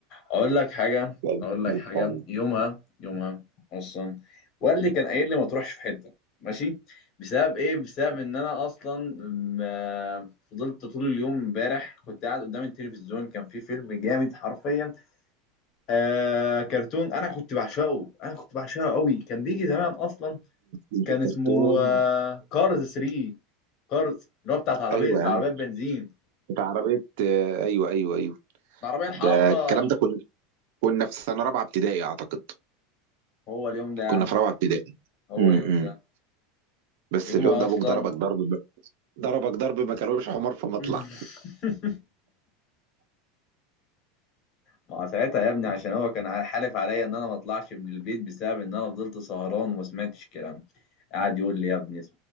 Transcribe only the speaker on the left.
أقول لك حاجة
أقول لك
حاجة يومها يومها أصلا والدي كان قايل لي ما تروحش في حتة ماشي بسبب إيه؟ بسبب إن أنا أصلا ما فضلت طول اليوم امبارح كنت قاعد قدام التلفزيون كان في فيلم جامد حرفيا آه كرتون انا كنت بعشقه انا كنت بعشقه قوي كان بيجي زمان اصلا
كان اسمه آه كارز 3 كارز اللي هو بتاعت عربية
العربية
بنزين
العربية الحمراء
هو اليوم ده يا
عم
هو
اليوم ده
يوم
اصلا
<laughs> ما هو ساعتها يا ابني عشان هو كان حالف عليا ان انا ما اطلعش من البيت بسبب ان انا فضلت سهران وما سمعتش كلام قعد يقول لي يا ابني